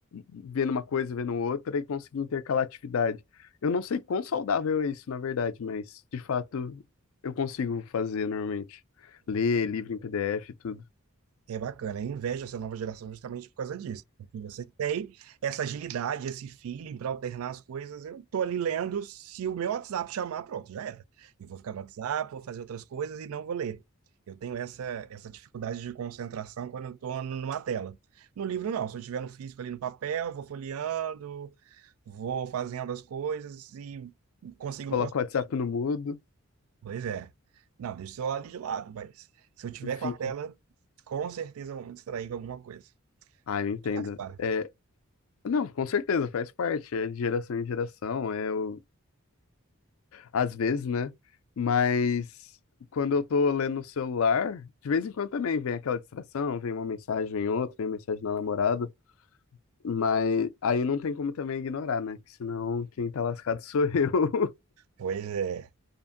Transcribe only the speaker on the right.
É bacana, eu invejo essa nova geração justamente por causa disso. Porque você tem essa agilidade, esse feeling para alternar as coisas. Eu tô ali lendo, se o meu WhatsApp chamar, pronto, já era. Eu vou ficar no WhatsApp, vou fazer outras coisas e não vou ler. Eu tenho essa, essa dificuldade de concentração quando eu estou numa tela. No livro, não. Se eu estiver no físico ali no papel, vou folheando, vou fazendo as coisas e consigo
me concentrar.
Pois é. Não, deixa o celular ali de lado, mas se eu tiver
com a tela, com certeza eu vou me distrair com alguma coisa.
Faz parte.
Pois é.